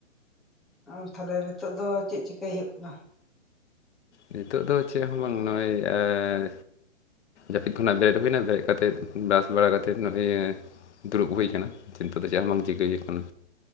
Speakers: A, in the centre; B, on the left (about 65°).
A: ᱟᱨ ᱛᱟᱦᱞᱮ ᱱᱤᱛᱚᱜ ᱫᱚ ᱪᱮᱫ ᱪᱤᱠᱟᱹᱭ ᱦᱳᱭᱳᱜ ᱠᱟᱱᱟ?
B: ᱱᱤᱛᱚᱜ ᱫᱚ ᱪᱮᱫ ᱦᱚᱸ ᱵᱟᱝ ᱱᱚᱜᱼᱚᱭ ᱟᱭ ᱡᱟᱹᱯᱤᱫ ᱠᱷᱚᱱᱟᱜ ᱵᱮᱨᱮᱫ ᱦᱩᱭ ᱮᱱᱟ ᱵᱮᱨᱮᱫ ᱠᱟᱛᱮᱫ ᱵᱨᱟᱥ ᱵᱟᱲᱟ ᱠᱟᱛᱮᱫ ᱱᱚᱜᱼᱚᱭ ᱫᱩᱲᱩᱵ ᱦᱩᱭ ᱟᱠᱟᱱᱟ ᱱᱮᱛᱚᱜ ᱫᱚ ᱡᱟᱦᱟᱸ ᱵᱟᱝ ᱪᱤᱠᱟᱹ ᱦᱳᱭᱳᱜ ᱠᱟᱱᱟ᱾